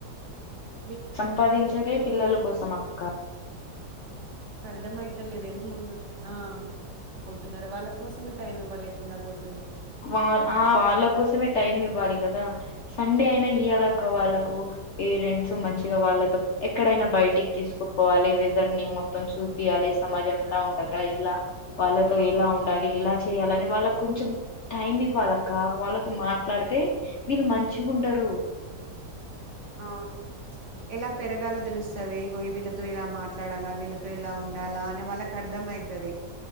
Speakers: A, on the right; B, on the left.
A: వి
B: సంపాదించేదే పిల్లల కోసం అక్క
A: అర్థ అయితలేదు ఎంత ముందు ఆ పోతున్నారు వాళ్ళ కోసమే టైమ్ ఇవ్వలేకుండా పోత్
B: వా ఆ వాళ్ళ కోసమే టైమ్ ఇవ్వాలి కదా సండే అయినా ఇయ్యలాక వాళ్ళకు పేరెంట్స్ మంచిగా వాళ్ళతో ఎక్కడైనా బయటికి తీసుకుపోవాలి వెదర్ ని మొత్తం చూపియాలి సమాజం ఇలా ఉంటదిరా ఇలా వాళ్ళతో ఎలా ఉండాలి ఇలా చేయాలని వాళ్ళ కొంచెం టైమ్ ఇవ్వాలక్క వాళ్ళతో మాట్లాడితే వీళ్ళు మంచిగుండరు
A: అవును ఎలా పెరగాలో తెలుస్తది ఇగో వీళ్ళతో ఇలా మాట్లాడాలా వీళ్ళతో ఇలా ఉండాలా అనే వాళ్ళకి అర్థం ఐతది